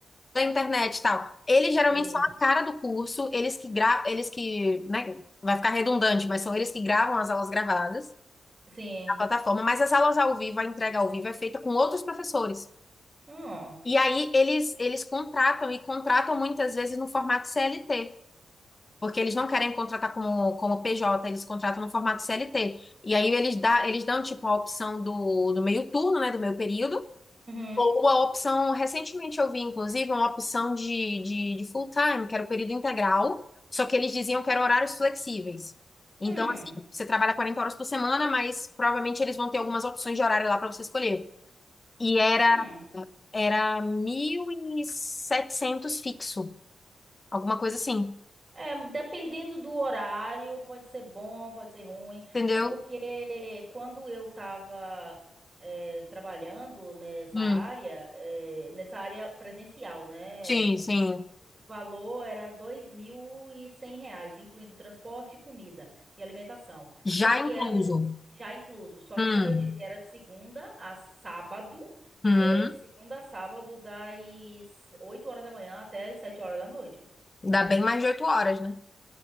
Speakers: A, on the left; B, on the right.
A: da internet e tal. Eles geralmente
B: sim,
A: são a cara do curso, eles que gra... eles que, né, vai ficar redundante, mas são eles que gravam as aulas gravadas
B: sim.
A: na plataforma, mas as aulas ao vivo, a entrega ao vivo é feita com outros professores.
B: Hum,
A: E aí eles, eles contratam e contratam muitas vezes no formato CLT, porque eles não querem contratar como, como PJ, eles contratam no formato CLT. E aí eles, dá, eles dão tipo a opção do, do meio turno, né, do meio período,
B: uhum,
A: ou a opção, recentemente eu vi inclusive uma opção de, de, de full time, que era o período integral, só que eles diziam que eram horários flexíveis. Então,
B: hum,
A: assim, você trabalha 40 horas por semana, mas provavelmente eles vão ter algumas opções de horário lá para você escolher. E era
B: hum.
A: era mil e setecentos fixo, alguma coisa assim,
B: É, dependendo do horário, pode ser bom, pode ser ruim.
A: entendeu?
B: É porque quando eu estava trabalhando nessa
A: Hum,
B: área, eh, nessa área presencial, né?
A: sim, sim.
B: O valor era 2.100 reais, incluindo transporte, comida e alimentação.
A: Já
B: Só que
A: incluso.
B: era já incluso. Só
A: Hum,
B: que, como eu disse, era de segunda a sábado.
A: hum.
B: eh, de segunda a sábado, das 8 horas da manhã até as 7 horas da noite.
A: Dá bem mais de oito horas, né?